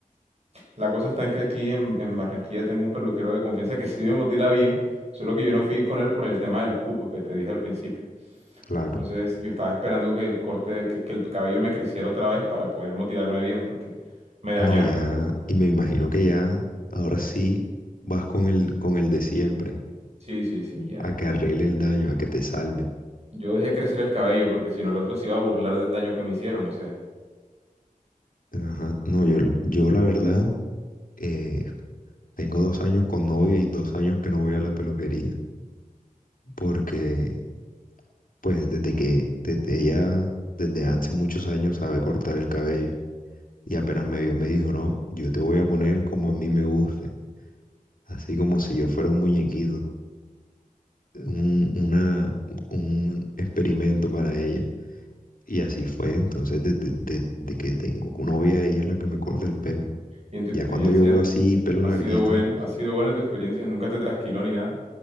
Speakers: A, on the right; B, on the left.
A: La cosa está en que aquí en, en Barranquilla tengo un peluquero de confianza que sí me motila bien, solo que yo no fui con él por el tema de los cupos que te dije al principio.
B: Claro.
A: Entonces yo estaba esperando que el corte, que, que el cabello me creciera otra vez para poder motilarme bien, porque me dañaron,
B: No, ya,
A: bro.
B: y me imagino que ya, ahora sí vas con el, con el de siempre,
A: Sí, sí, sí, ya.
B: a que arregle el daño, a que te salve.
A: Yo dejé crecer el cabello porque si no el otro se iba a burlar del daño que me hicieron, o sea.
B: Ajá. No, yo, yo la verdad, eh, tengo dos años con novia y dos años que no voy a la peluquería, porque Pues desde que, desde ella, desde hace muchos años sabe cortar el cabello y apenas me vio me dijo, no, yo te voy a poner como a mí me guste, así como si yo fuera un muñequito, un, una, un experimento para ella. Y así fue, entonces desde, desde que tengo novia, ella es la que me corta el pelo.
A: Y en tu experiencia,
B: Ya cuando yo veo así pelo
A: ¿ha
B: larguito,
A: sido bueno? ¿Ha sido bueno en tu experiencia? ¿Nunca te trasquiló ni nada?